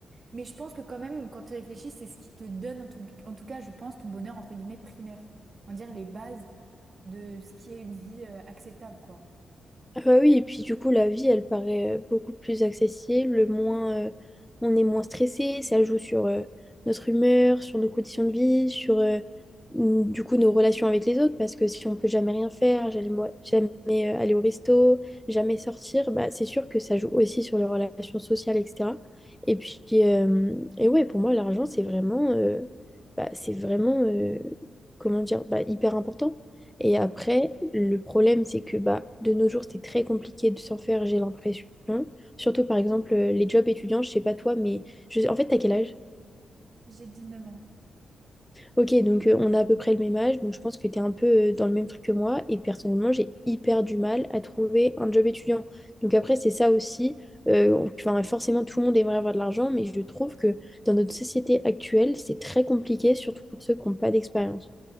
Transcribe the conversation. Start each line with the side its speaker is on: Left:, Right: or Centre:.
Right: Mais je pense que quand même, quand tu réfléchis, c'est ce qui te donne, en tout, en tout cas, je pense, ton bonheur, entre guillemets, primaire. On va dire les bases de ce qui est une vie euh, acceptable, quoi.
Centre: Ah bah oui, et puis du coup, la vie, elle paraît euh, beaucoup plus accessible, moins, euh, on est moins stressé, ça joue sur euh, notre humeur, sur nos conditions de vie, sur euh, mm, du coup nos relations avec les autres, parce que si on peut jamais rien faire, jamais, mo- jamais, euh, aller au resto, jamais sortir, bah, c'est sûr que ça joue aussi sur les relations sociales, etc. Et puis, euh, et ouais, pour moi, l'argent, c'est vraiment, euh, bah, c'est vraiment, euh, comment dire, bah, hyper important. Et après, le problème, c'est que bah, de nos jours, c'est très compliqué de s'en faire, j'ai l'impression. Surtout, par exemple, euh, les jobs étudiants, je sais pas toi, mais je... en fait, t'as quel âge?
Right: J'ai 19 ans.
Centre: Ok, donc euh, on a à peu près le même âge, donc je pense que t'es un peu euh, dans le même truc que moi. Et personnellement, j'ai hyper du mal à trouver un job étudiant. Donc après, c'est ça aussi. euh, on- enfin, forcément, tout le monde aimerait avoir de l'argent, mais je trouve que dans notre société actuelle, c'est très compliqué, surtout pour ceux qui n'ont pas d'expérience.